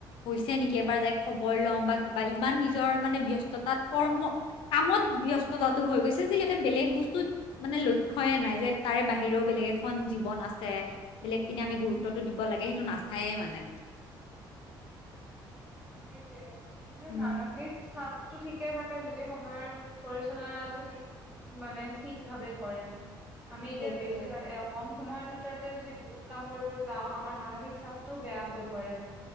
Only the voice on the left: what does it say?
হৈছে নেকি এবাৰ যে খবৰ লওঁ বা কিবা ইমান নি নিজৰ মানে ব্যস্ততাত কৰ্ম। কামত ব্যৱস্থাটো হৈ গৈছে যে সিহঁতে বেলেগ বস্তুত মানে লক্ষ্যয়ে নাই যে তাৰে বাহিৰেও বেলেগ এখন জীৱন আছে বেলেগ পিনে আমি গুৰুত্বতটো
দিব লাগে সেইটো নাচায়ে মানে।
উম,
সেইটোৱে